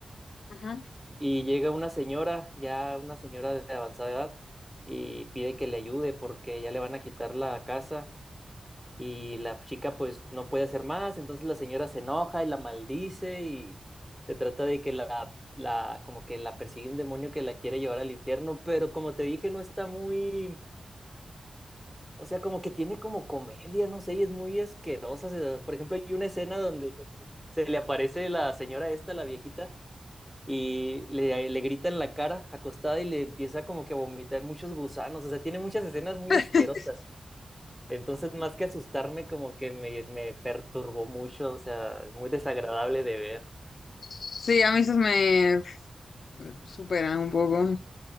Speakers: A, on the left; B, in the centre.
A: ajá.
B: y llega una señora, ya una señora de avanzada edad, y pide que le ayude porque ya le van a quitar la casa y la chica pues no puede hacer más, entonces la señora se enoja y la maldice y se trata de que la, la como que la persigue un demonio que la quiere llevar al infierno, pero como te dije no está muy, o sea, como que tiene como comedia, no sé, y es muy asquerosa. se- Por ejemplo, hay una escena donde se le aparece la señora esta, la viejita, y le, le grita en la cara acostada y le empieza como que a vomitar muchos gusanos, o sea, tiene muchas escenas muy
A: <laughs>
B: asquerosas. Entonces, más que asustarme, como que me, me perturbó mucho, o sea, muy desagradable de ver.
A: Sí, a mí esos me superan un poco.